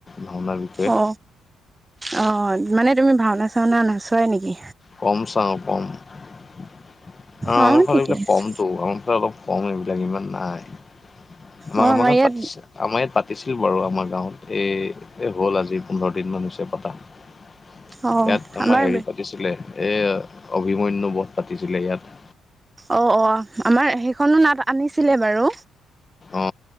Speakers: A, on the left; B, on the right.
A: ভাওনাৰ বিষয়ে।
B: অ অ মানে তুমি ভাওনা চাওনা নোচোৱাই নেকি
A: কম চাওঁ কম আমাৰফালে
B: অঁ ঠিকে
A: এইবিলাক
B: আছে
A: কম ত' আমাৰ ফালে অলপ কম এইবিলাক ইমান নাই। আমা
B: অঁ
A: আমাৰ
B: ইয়াত
A: পাতিছ আমাৰ ইয়াত পাতিছিলো বাৰু আমাৰ গাঁৱত এই এ হ'ল আজি পোন্ধৰ দিন মান হৈছে পতা ইয়াত
B: অঁ
A: তোমাৰ
B: আমাৰ
A: হেৰি পাতিছিলে এই অভিমন্যু বধ পাতিছিলে ইয়াত।
B: অ অ আমাৰ সেইখনো নাট আনিছিলে বাৰু।
A: অ